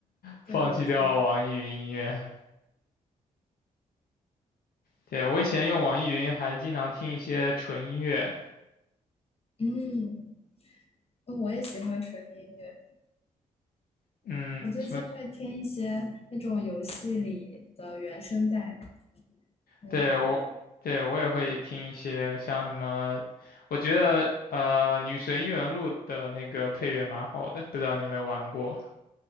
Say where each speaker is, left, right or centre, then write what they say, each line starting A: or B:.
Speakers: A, on the left (about 60°); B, on the left (about 35°).
A: 放弃掉网易云音乐。
B: 对的，对的，
A: 对，我以前用网易云还经常听一些纯音乐，
B: 嗯，哦我也喜欢纯音乐。
A: 嗯，
B: 我最近会听一些那种游戏里的原声带，
A: 什么，
B: 还蛮
A: 对，我，对，我也会听一些像什么，我觉得呃《女神异闻录》的那个配乐蛮好的，不知道你有没有玩过？